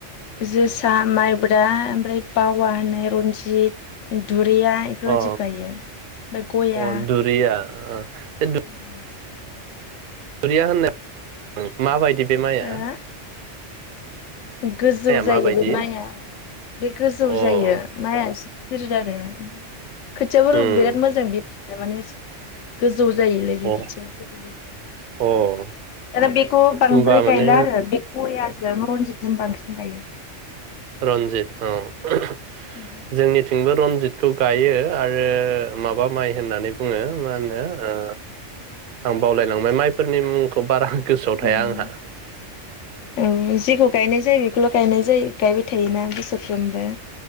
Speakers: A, on the left; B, on the right.
A: जोसा माइब्रा ओमफ्राय वावा होननाय रन्जित दुरियाइ रनजित
B: अ
A: गायो ओमफ्राय गया
B: अ दुरिया ओ
A: <inaudible>
B: दुरिया होननाय <unintelligible> माबायदि बे माइया
A: गया हो गोजौ जायो
B: माबायदि
A: बे
B: अ
A: माइया बे गोजौ
B: ओ
A: जायो माइया एसे गिदिर आरो खोथियाफोरबो
B: उम
A: बिराद मोजां बे माने गोजौ जायोलै बे
B: अ
A: खोथिया गोजौ जायो
B: अ
A: आरो बेखौ बांद्राय
B: होमबा माने
A: गायला आरो बे गयासो रनजितजों बांसिन गायो
B: रनजित औ <unintelligible>
A: <inaudible>
B: जोंनिथिंबो रनजितखौ गायो आरो माबा माइ होननानै बुङो मा होनो ओ आं बावलायलांबाय माइफोरनि मुंखौ बारा गोसोआव
A: उम
B: थाया आंहा
A: <inaudible> औ जेखौ गायनाय जायो बेखौल' गायनाय जायो गायबाय थायोना बोसोरफ्रोमबो